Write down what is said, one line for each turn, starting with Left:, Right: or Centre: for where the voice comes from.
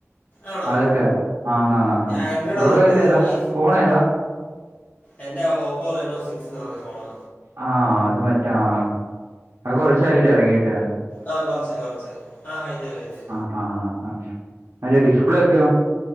Left: ആണോ
Right: അതൊക്കെ ആന്നാന്നാണ്
Left: ആൻഡ്രോയിഡ്
Right: റോഡോ
Left: അത് ഇഷ്ടം
Right: ഇല്ല ഇതാ
Left: ഐ
Right: ഫോൺ ഏതാ?
Left: എന്റെ ഓപ്പോ റെനോ സിക്സ് എന്ന് പറഞ്ഞ ഫോണാ
Right: ആഹ് അത് മറ്റാ ആഹ് ആഹ് അത് കൊറച്ചായില്ലേ എറങ്ങീട്ട്
Left: ആഹ് കൊറച്ചായി കൊറച്ചായി ആഹ് കഴിഞ്ഞു കഴിഞ്ഞ്
Right: ആഹ് ആഹ് അതിന്റെ ഡിസ്പ്ലേ ഒക്കെയോ?